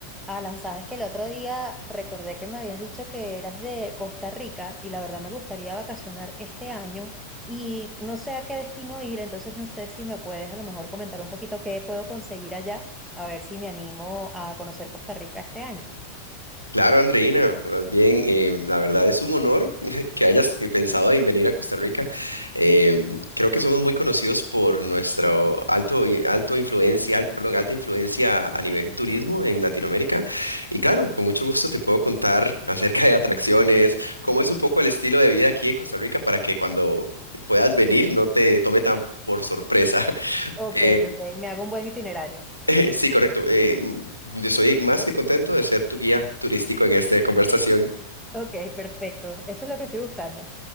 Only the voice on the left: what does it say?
Claro, Andreina, más bien, eh, la verdad es un honor <laughs> que hayas eh, pensado en venir a Costa Rica. Em, creo que somos muy conocidos por nuestra alto, i- alto influencia, al- perdón, alta influencia a nivel turismo en Latinoamérica. Y claro, con mucho gusto te puedo contar <laughs> acerca de atracciones, cómo es un poco el estilo de vida aquí en Costa Rica para que cuando puedas venir no te tome tan por sorpresa. <laughs>
Eh,
<laughs> sí, correcto. Eh, mm, yo estoy más que contento de ser tu guía turístico en esta conversación.